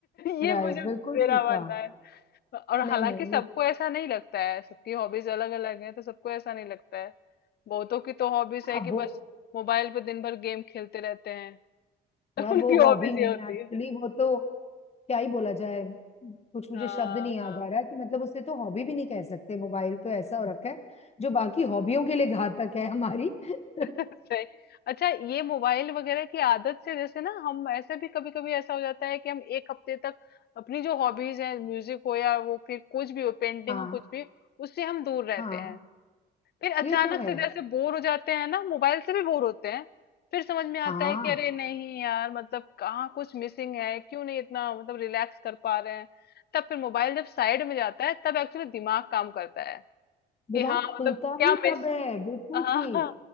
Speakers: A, on the left (about 55°); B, on the left (about 35°).
A: <laughs> ये
B: राइट
A: मुझे
B: बिल्कुल
A: मेरा
B: ठीक
A: मानना
B: कहा
A: है और
B: नहीं
A: हालांकि
B: नहीं
A: सबको
B: ये
A: ऐसा नहीं लगता है सबकी हॉबीज अलग अलग हैं तो सबको ऐसा नहीं लगता है बहुतों की तो हॉबीज है
B: अब
A: कि
B: वो
A: बस मोबाइल पे दिन भर गेम खेलते रहते हैं <laughs>
B: यार
A: तो उनकी
B: वो
A: हॉबीज
B: हॉबी नहीं
A: ये होती
B: है एक्चुअली
A: है
B: वो तो क्या ही बोला जाए कुछ मुझे
A: हाँ
B: शब्द नहीं याद
A: हाँ
B: आ रहा कि मतलब उसे तो हॉबी भी नहीं कह सकते मोबाइल तो ऐसा हो रखा है जो बाकी हॉबियों के लिए घातक है हमारी <laughs>
A: <laughs> सही अच्छा ये मोबाइल वगैरह की आदत से जैसे ना हम ऐसे भी कभी कभी ऐसा हो जाता है कि हम एक हफ्ते तक अपनी जो हॉबीज हैं म्यूजिक हो या वो फिर कुछ भी हो पेंटिंग
B: हाँ
A: हो कुछ भी उससे हम दूर रहते
B: हाँ
A: हैं फिर
B: ये
A: अचानक
B: तो है
A: से जैसे बोर हो जाते हैं ना मोबाइल से भी बोर होते हैं फिर समझ में आता
B: हाँ
A: है कि अरे नहीं यार मतलब कहाँ कुछ मिसिंग है क्यों नहीं इतना मतलब रिलैक्स कर पा रहे हैं तब फिर मोबाइल जब साइड में जाता है तब एक्चुअली दिमाग काम करता है
B: दिमाग
A: कि हाँ मतलब
B: खुलता
A: क्या
B: ही
A: मिस
B: तब है बिल्कुल
A: <laughs> हाँ
B: ठीक